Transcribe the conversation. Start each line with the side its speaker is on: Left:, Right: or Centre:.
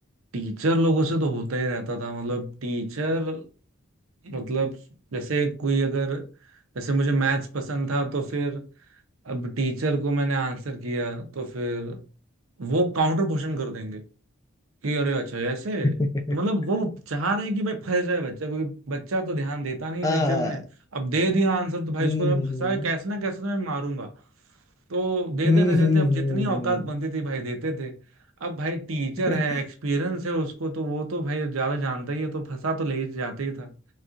Right: टीचर लोगों से तो होता ही रहता था मतलब टीचर मतलब जैसे कोई अगर जैसे मुझे मैथ्स पसंद था तो फिर अब टीचर को मैंने आंसर किया तो फिर वो काउंटर क्वेश्चन कर देंगे कि अरे अच्छा ऐसे
Left: <laughs>
Right: तो मतलब वो चाह रहे हैं कि भाई फंस जाए बच्चा क्योंकि बच्चा तो ध्यान देता नहीं है
Left: हाँ
Right: लेक्चर में अब दे दिया आंसर तो भाई
Left: हम्म
Right: इसको मैं
Left: हम्म
Right: फंसा है कैसे ना कैसे तो मैं मारूंगा तो देते
Left: हम्म
Right: देते
Left: हम्म
Right: देते अब जितनी
Left: हम्म, हम्म,
Right: औकात
Left: हम्म।
Right: बनती थी भाई देते थे अब भाई टीचर
Left: <laughs>
Right: है एक्सपीरियंस है उसको तो वो तो भाई ज्यादा जानता ही है तो फंसा तो ले ही जाते ही था